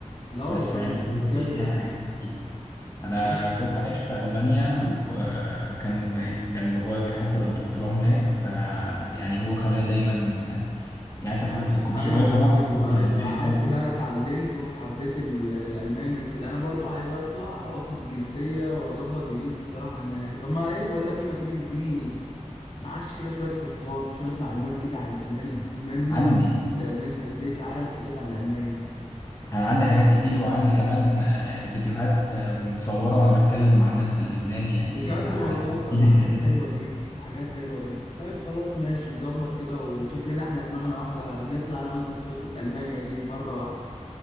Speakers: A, on the left; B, on the left.
A: لا والله
B: بس يعني
A: ده
B: نسيت
A: إزاي ده؟
B: يعني حاجات كتير انا
A: أنت أصلا
B: كنت عايش في المانيا وكان كان بابايا بيحضر الدكتوراه هناك فيعني هو خلاني دايما يعني فتح كنت
A: ايوه
B: صغير طبعا كنت
A: ايوه
B: الالماني
A: ايوه فقعدت
B: الاول
A: بقى اتعلمت وحبيت ال- الالماني وكده انا برضو عايز اطلع واخد الجنسيه واظبط دنيتي الصراحه انا طب ما ايه بقول لك ايه ما تيجي تديني معكش كده شويه كورسات شويه معلومات كده عن الالماني بما اننا
B: عندي
A: في فكره الالماني انت هتلاقيك عارف حاجات عن الالماني
B: انا عندي حاجات كتير وعندي كمان آه، فيديوهات آه، متصوره وانا بتكلم مع الناس بالالماني يعني
A: بجد
B: هتفيدك
A: والله طب ما حاجات
B: جدا
A: حلوه دي حاجات حلوه دي طيب خلاص ماشي نظبط كده وشكلنا احنا دماغنا واحده نطلع انا وانت في خطه المانيا دي مره واحده